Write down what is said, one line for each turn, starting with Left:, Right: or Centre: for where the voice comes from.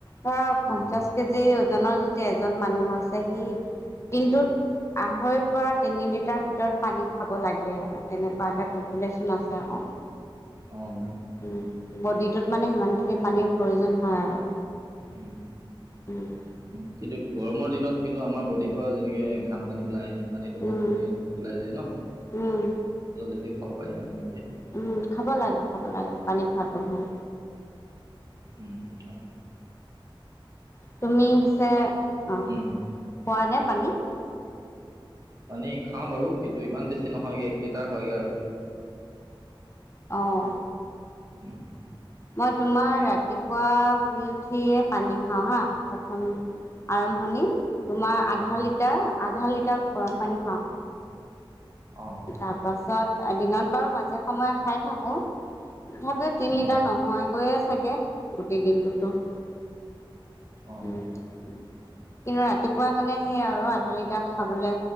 Left: ধৰা
Right: উম
Left: পঞ্চাশ কেজি, ওজনৰ যদি এজন মানুহ আছে সি দিনটোত আঢ়ৈৰ পৰা তিনি লিটাৰ ভিতৰত পানী খাব লাগে তেনেকোৱা এটা কেলকুলেশ্যন আছে আক
Right: অঁ
Left: চ বডিটোত মানে সিমানখিনি পানীৰ প্ৰয়োজন হয় আৰু
Right: উম
Left: উম
Right: উম কিন্তু গৰমৰ দিনত কিন্তু আমাৰ বডিৰ পৰা যেনেকে ঘাম পানী ওলাই পানীটো
Left: উম,
Right: বহুতখিনি ওলাই যায় ন
Left: উম,
Right: অলপ বেছি খাব পাৰি মানে তেতিয়া
Left: উম খাব লাগে। খাব লাগে পানী খোৱাটো ভাল
Right: উম, হয়
Left: তুমি পিছে অ
Right: উম,
Left: খোৱা নে পানী?
Right: পানী খাওঁ বাৰু কিন্তু ইমান বেছি নহয়গৈ এক লিটাৰ হয়গৈ আৰু
Left: অহ
Right: উম, উম।
Left: মই তোমাৰ ৰাতিপুৱা শুই উঠিয়ে পানী খাওঁ হা প্ৰথম আৰম্ভণি তোমাৰ
Right: অঁ
Left: আধা লিটাৰ আধা লিটাৰ গৰম পানী খাও।
Right: অঁ
Left: তাৰ পাছত দিনত বাৰু মাজে সময়ে খাই থাকো। তথাপিও তিনি
Right: উম,
Left: লিটাৰ নহয় গৈয়ে চাগে গোটেই দিনটোতো উম
Right: অঁ
Left: উম কিন্তু ৰাতিপুৱাই মানে সেইয়া আৰু আধালিতা খাবলে